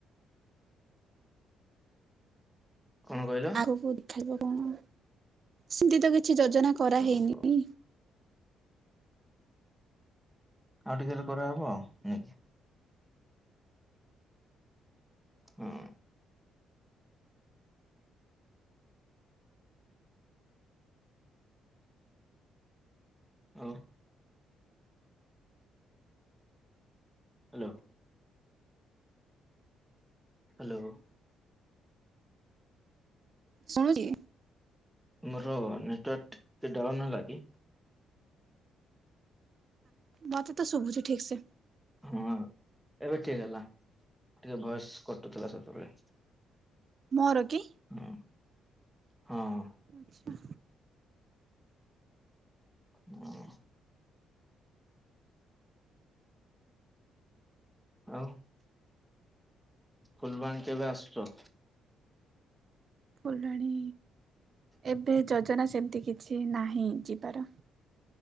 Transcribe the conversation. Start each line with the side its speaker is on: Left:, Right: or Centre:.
Centre: କଣ କହିଲ
Right: ଆଗକୁ ଦେଖାଯିବ କଣ ସେମିତି ତ କିଛି କିଛି ଯୋଜନା କରାହେଇନି?
Centre: ଓହୋ। ଆଉ ଟିକେ ହେଲେ କରାହବ ଆଉ ହୁଁ। ହୁଁ। ଆଉ। Hello hello.
Right: ଶୁଣୁଚି।
Centre: ମୋର ନେଟୱାର୍କ ଟିକେ ଡାଉନ ହେଲାକି?
Right: ମୋତେ ତ ଶୁବୁଚି ଠିକ ସେ।
Centre: ହଁ ଏବେ ଠିକ ହେଲା ଟିକେ ଭଏସ କଟୁଥିଲା ସେତେବେଳେ।
Right: ମୋର କି?
Centre: ହୁଁ ହଁ।
Right: ଆଚ୍ଛା।
Centre: ହୁଁ। ଆଉ। ଫୁଲବାଣୀ କେବେ ଆସୁଛ।
Right: ଫୁଲବାଣୀ ଏବେ ଯୋଜନା ସେମିତି କିଛି ନାହିଁ ଯିବାର।